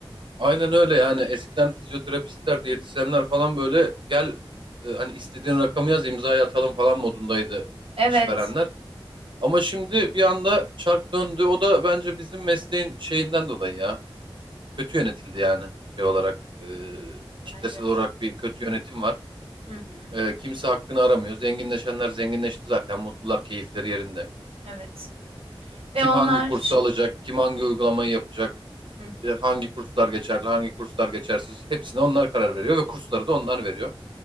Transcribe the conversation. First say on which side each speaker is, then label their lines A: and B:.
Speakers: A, on the right; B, on the right.
A: Aynen öyle yani eskiden fizyoterapistler, diyetisyenler falan böyle gel e, hani istediğin rakamı yaz imzaya atalım falan modundaydı
B: Evet,
A: işverenler. Ama şimdi bir anda çark döndü. O da bence bizim mesleğin şeyinden dolayı ya. Kötü yönetildi yani şey olarak. e, kitlesel
B: bence
A: olarak
B: de.
A: bir kötü yönetim var.
B: Hı hı,
A: Ee, kimse hakkını aramıyor. Zenginleşenler zenginleşti zaten. Mutlular, keyifleri yerinde.
B: evet. Ve
A: Kim
B: onlar...
A: hangi kursu alacak, kim hangi uygulamayı yapacak,
B: Hı hı,
A: e, hangi kurslar geçerli, hangi kurslar geçersiz hepsine onlar karar veriyor ve kursları da onlar veriyor.